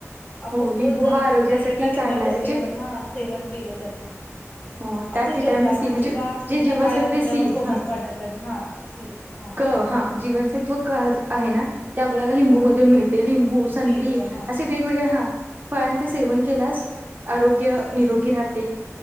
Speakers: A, on the left; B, on the right.
A: आपण
B: हो लिंबू
A: रोज जर
B: हा आरोग्यासाठी
A: म्हणजे एका लिंबाच
B: चांगला आहे
A: सेवन
B: जे
A: हा सेवन केलं तर
B: हो त्यात
A: आपण
B: विटॅमिन
A: जेवताना
B: सी म्हणजे
A: किंवा
B: जे जीवनसत्वे
A: सकाळी उठल्यावर
B: सी
A: कोमट
B: हा
A: पाण्यात ना हा सी हा
B: क हा <unintelligible> आहे ना ते आपल्याला लिंबू
A: हा
B: मधून मिळते लिंबू
A: मिळत
B: संत्री
A: हा
B: असे वेगवेगळे हा फळा ते सेवन केलास आरोग्य
A: हम्म.
B: निरोगी राहते.